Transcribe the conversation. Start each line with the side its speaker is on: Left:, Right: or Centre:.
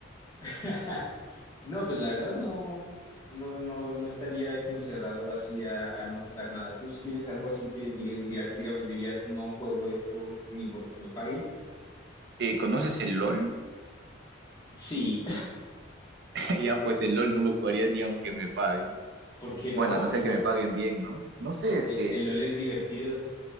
Left: <laughs> No, pues la verdad no, no, no, no estaría como cerrado así a, a no jugar nada. ¿Tú sí tienes algo así que diga- diga- digamos dirías no juego esto ni porque me pague?
Right: Eh, ¿conoces el LOL?
Left: Sí,
Right: <laughs> ya, pues el LOL no lo jugaría ni aunque me paguen.
Left: <laughs> porque no,
Right: Bueno, a no sé
Left: el
Right: que
Left: LOL,
Right: me paguen bien, ¿no? No sé, es
Left: el,
Right: que
Left: el LOL es divertido.